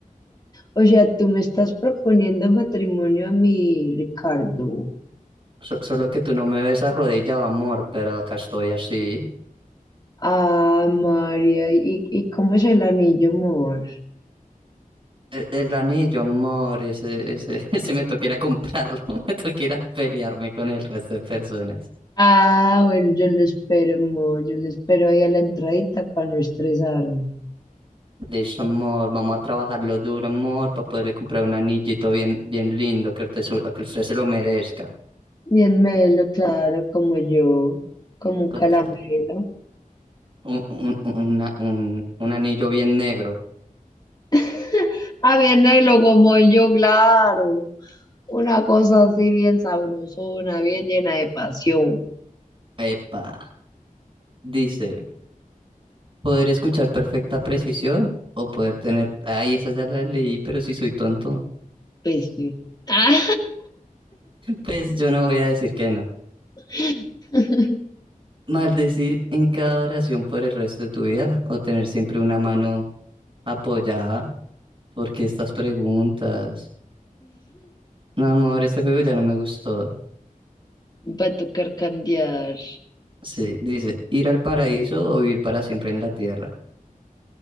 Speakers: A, on the left; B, on the right.
A: o sea, tú me estás proponiendo matrimonio a mí, Ricardo.
B: So- solo que tú no me ves arrodillado, amor, pero acá estoy así.
A: Ah, María, ¿y, y cómo es el anillo, amor?
B: E- El, anillo, amor, ese, ese, <laughs> ese me toca ir a comprarlo, <laughs> me toca ir a pelearme con el resto de personas.
A: Ah, bueno, yo lo espero, amor. Yo lo espero ahí a la entradita para no estresarme.
B: De Listo, amor, vamos a trabajarlo duro, amor, para poderle comprar un anillito bien, bien lindo, que usted, su- que usted se lo merezca.
A: Bien melo, claro, como yo, como un
B: Total,
A: calamero.
B: un, un, una- un, un anillo bien negro.
A: <laughs> A venderlo como yo, claro. Una cosa así bien sabrosona, bien llena de pasión.
B: Epa, dice, poder escuchar perfecta precisión o poder tener... Ay, esa ya la leí, pero si soy tonto.
A: Pues sí. Ah.
B: Pues yo no voy a decir que no.
A: <laughs>
B: Maldecir en cada oración por el resto de tu vida o tener siempre una mano apoyada. porque estas preguntas? No, amor, este juego ya no me gustó.
A: Va a tocar cambiar.
B: Sí, dice, ir al paraíso o vivir para siempre en la tierra.